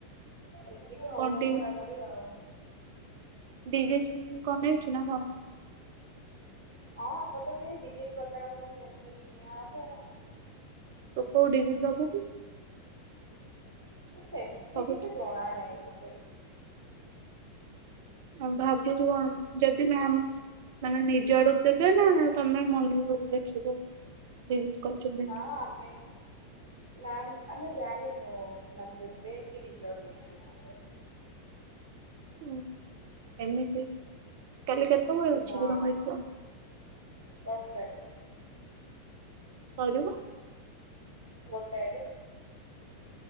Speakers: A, on the left (about 85°); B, on the right (about 50°).
A: ଏତିକି ହଉଛି
B: କଣ ଟି
A: ପଢାପଢି ଆଉ
B: ଡିରେକ୍ସନ କମେଇଛୁ ନା କଣ?
A: ଆଉ ଆମର ତ ସେଇ <unintelligible> ସବୁ ସେମିତି ହିଁ ନିଆ ହବ।
B: ତୁ କୋଉ ଡିଉଜୁ ନବୁ କି?
A: ସେମିତି
B: ଭାବୁଛୁ
A: କିଛି ଜଣା ନାହିଁ ମୋତେ।
B: ଆଉ ଭାବୁଛୁ କଣ ଯଦି ମ୍ୟାମ ମାନେ ନିଜ ଆଡୁ ଦେବେ ନା ତମେ ମନକୁ ଲଖିବ ଦେବେ ବୋଲି କହିଛନ୍ତି।
A: ହଁ ଆମେ ମ୍ୟାମ୍ ଆମେ ଜାଣିନୁ ମ୍ୟାମ୍ ଦେବେ କି ନିଜଆଡୁ ଲେଖିବୁ।
B: ହୁଁ ଏମିତି <unintelligible>
A: ହଁ
B: କି ତମ ଏକ୍ଜାମ
A: କଷ୍ଟାରେ
B: ସରିବ।
A: ଗୋଟାଏରେ।